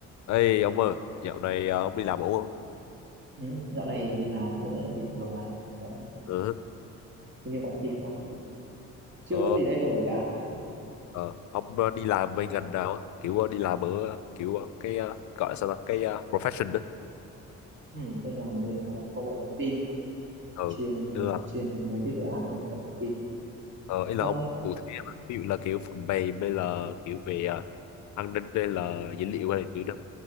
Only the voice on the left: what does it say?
Ê ông ơi, dạo này ờ, ông đi làm ổn không?
Ừ.
Ờ,
ờ, ông ờ, đi làm bên ngành nào? á? Kiểu ờ, đi làm ở ờ, kiểu ờ, cái ờ, gọi sao là cái ờ, profession đó.
Ừ.
Tức là
ờ, ý là
ông cụ thể ví dụ là kiểu phần mềm hay là kiểu về ờ, an ninh hay là dữ liệu hay là kiểu đó.